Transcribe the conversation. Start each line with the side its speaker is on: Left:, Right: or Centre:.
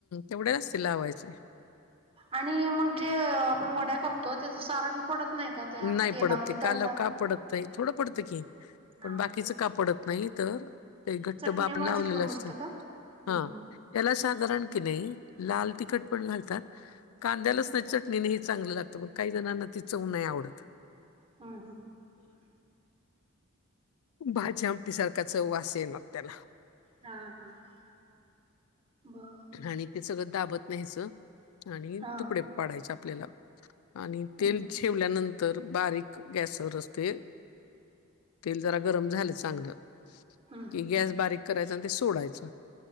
Left: एवढ्यालाच ते लावायचे हाय.
Right: आणि मग जे आपण वड्या कापतो त्याच सारण पडत नाही का त्या
Left: नाही
Right: तेला
Left: पडत
Right: म्हणजे
Left: ते काला
Right: तळताना
Left: का पडत नाही थोडं पडतं की,
Right: हा
Left: पण बाकीचं
Right: ते
Left: का पडत नाही तर ते घट्ट
Right: चटणीमुळे
Left: बा आपण लावलेलं
Right: चिटकून
Left: असतं
Right: बसतं का हम्म
Left: हा याला साधारण की नाही. लाल तिखट पण घालतात कांदा
Right: हम्म
Left: लसणाची चटणी हे चांगलं लागतं बघ काही जणांना ती चव नाही आवडत.
Right: हा हा.
Left: भाजी आमटी सारखाच वास येणार त्याला.
Right: हा हा हा बर
Left: आणि ते सगळं दाबत न्यायचं आणि
Right: हा
Left: तुकडे पाडायचे आपल्याला आणि
Right: हम्म
Left: तेल ठेवल्यानं
Right: हम्म
Left: तर बारीक गॅसवर असते तेल जरा गरम झालं चांगलं.
Right: हम्म
Left: की गॅस बारीक करायचं ते सोडायच